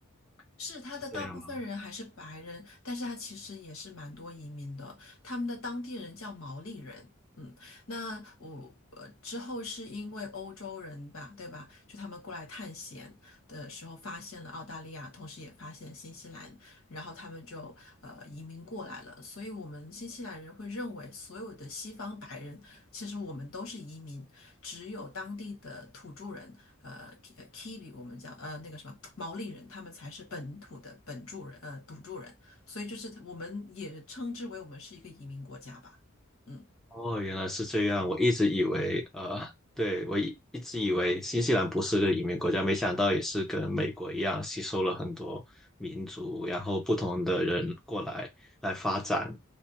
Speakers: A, on the left (about 75°); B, in the centre.
A: 是他的大部分人还是白人，
B: 是这样吗？
A: 但是他其实也是蛮多移民的，他们的当地人叫毛利人。嗯，那我呃之后是因为欧洲人吧，对吧？就他们过来探险的时候发现了澳大利亚，同时也发现新西兰，然后他们就呃移民过来了。所以，我们新西兰人会认为所有的西方白人，其实我们都是移民，只有当地的土著人，呃，Ki-，Kiwi 我们叫呃那个什么毛利人，他们才是本土的本住人，呃，土著人。所以，就是我们也称之为我们是一个移民国家吧。嗯，
B: 哦，原来是这样。我一直以为，呃，对，我一一直以为新西兰不是个移民国家，没想到也是跟美国一样，吸收了很多民族，然后不同的人过来来发展。